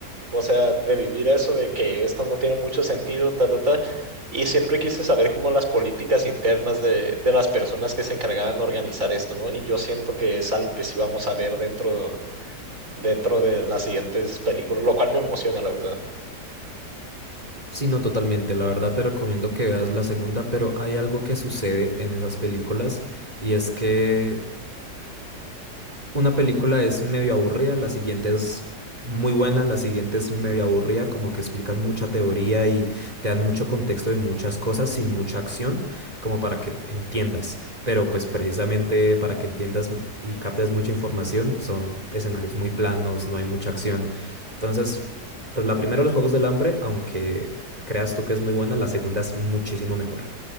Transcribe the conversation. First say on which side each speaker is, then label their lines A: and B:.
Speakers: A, on the right (about 50°); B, on the right (about 25°).
A: o sea, de vivir eso de que esto no tiene mucho sentido, ta, ta, ta. Y siempre quise saber como las políticas internas de, de las personas que se encargaban de organizar esto, ¿no? Y yo siento que es algo que sí vamos a ver dentro, dentro de las siguientes películas, lo cual me emociona, la verdad.
B: Sí, no, totalmente. La verdad te recomiendo que veas la segunda, pero hay algo que sucede en esas películas y es que una película es medio aburrida, la siguiente es muy buena, la siguiente es medio aburrida, como que explican mucha teoría y te dan mucho contexto y muchas cosas sin mucha acción, como para que entiendas. Pero pues precisamente para que entiendas y captes mucha información, son escenarios muy planos, no hay mucha acción. Entonces, pues la primera, Los Juegos del Hambre, aunque creas tú que es muy buena, la segunda es muchísimo mejor.